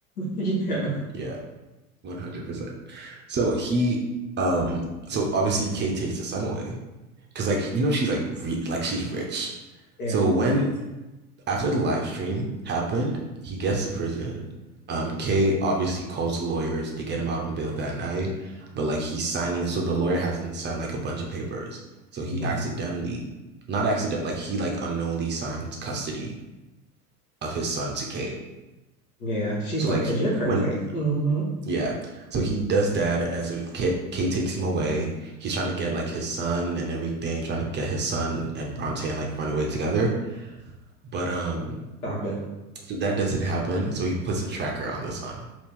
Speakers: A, on the left; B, on the right.
A: <laughs> Yeah.
B: yeah, 100%. So he um so obviously Kay takes the son away because like you know she's like re like she's rich.
A: Yeah.
B: So when after the live stream happened, he gets to prison. Um, Kay obviously calls the lawyers to get him out on bail that night, but like he's signing, so the lawyer hasn't signed like a bunch of papers. So he
A: hmm
B: accidentally, not accident, like he like unknowingly signed custody of his son to Kate.
A: Yeah. She's
B: So
A: like,
B: like
A: because you're crazy.
B: when
A: hmm
B: yeah, so he does that, and so Kate, Kate takes him away. He's trying to get like his son and everything, trying to get his son and Bronte and like run away together. But um,
A: Stop it.
B: so that doesn't happen. So he puts a tracker on the son.